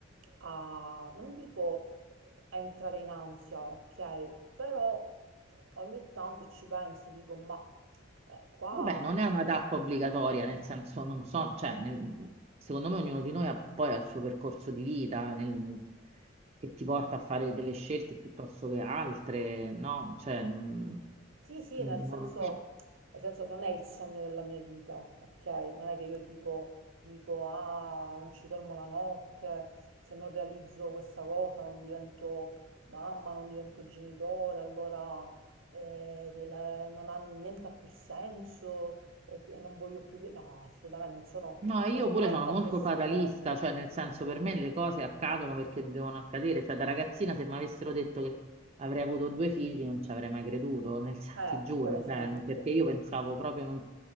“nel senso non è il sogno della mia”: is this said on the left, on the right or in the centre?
Right